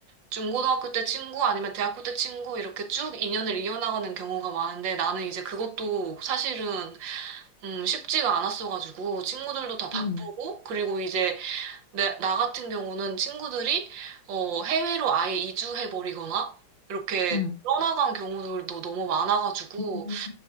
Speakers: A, on the right (about 65°); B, on the left (about 45°).
A: 중고등학교 때 친구 아니면 대학교 때 친구 이렇게 쭉 인연을 이어나가는 경우가 많은데 나는 이제 그것도 사실은 음, 쉽지가 않았어가지고 친구들도 다 바쁘고
B: 음,
A: 그리고 이제 내, 나 같은 경우는 친구들이 어, 해외로 아예 이주해버리거나 이렇게
B: 응.
A: 떠나간 경우들도 너무 많아가지고,
B: 음.